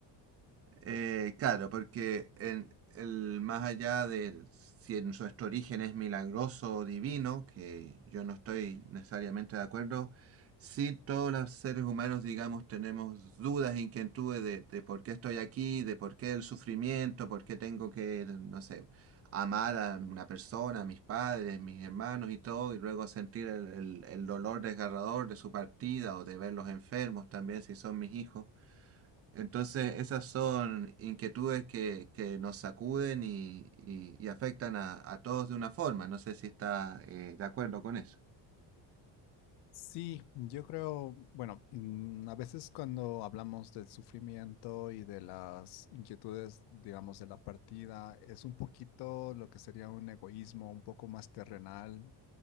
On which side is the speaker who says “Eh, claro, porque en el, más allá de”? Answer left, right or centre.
Right